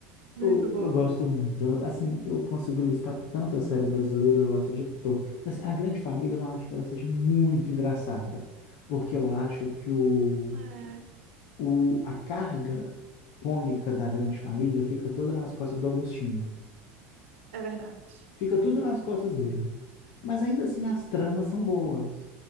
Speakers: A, on the right (about 80°); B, on the left (about 60°).
A: Muito
B: Eu,
A: bom.
B: eu gosto muito. Eu, Assim, eu consigo listar tanta série brasileira, eu gosto de todas. Assim, A Grande Família, eu não acho que ela seja muito engraçada, porque eu acho que o
A: É,
B: o, a carga cômica da Grande Família fica toda nas costas do Agostinho.
A: é verdade.
B: Fica tudo nas costas dele. Mas ainda assim, as tramas são boas.